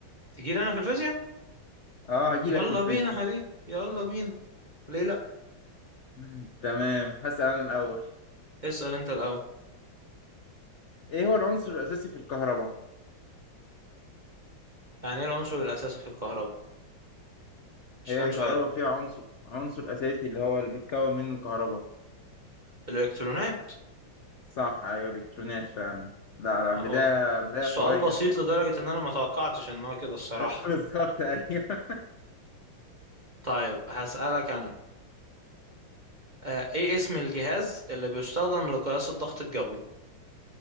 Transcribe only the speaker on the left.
اه هجيلك
في الفيزياء
<laughs> تمام هسأل انا الاول
ايه هو العنصر الاساسي في الكهرباء
هي
الكهرباء
فيها عنصر عنصر اساسي اللي هو اللي بيتكون منه الكهرباء
صح ايوه الكترونات فعلا لا لا
بداية
بداية
قوية
<laughs> بالظبط ايوه